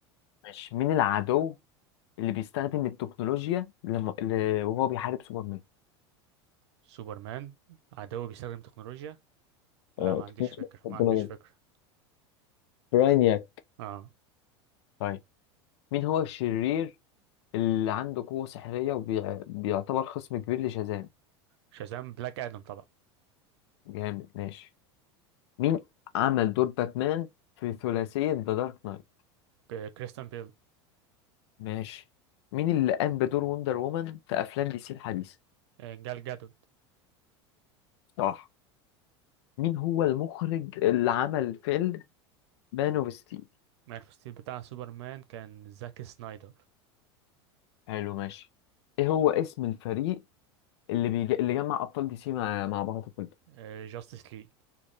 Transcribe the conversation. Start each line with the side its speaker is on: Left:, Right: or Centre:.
Left: ماشي مين العدو اللي بيستخدم التكنولوجيا لم... ل... وهو بيحارب سوبرمان
Right: سوبرمان عدو بيستخدم تكنولوجيا لا
Left: اه
Right: ما عنديش
Left: تكنيسيا
Right: فكرة
Left: ربنا
Right: ما عنديش فكرة
Left: جدا براينياك
Right: اه
Left: طيب مين هو الشرير اللي عنده قوة سحرية وبيعتبر خصم كبير لشازام
Right: شازام بلاك ادم طبعا
Left: جامد ماشي مين عمل دور باتمان في ثلاثية ذا دارك نايت
Right: ك- كريستيان بيل
Left: ماشي مين اللي قام بدور وندر وومن في أفلام دي سي الحديثة
Right: آه، جال جادوت
Left: صح مين هو المخرج اللي عمل فيلم مان اوف ستيل
Right: مان اوف ستيل بتاع سوبرمان كان زاك سنايدر
Left: حلو ماشي ايه هو اسم الفريق اللي بيج... اللي جمع أبطال دي سي مع مع بعض كلهم
Right: آه، جاستس ليج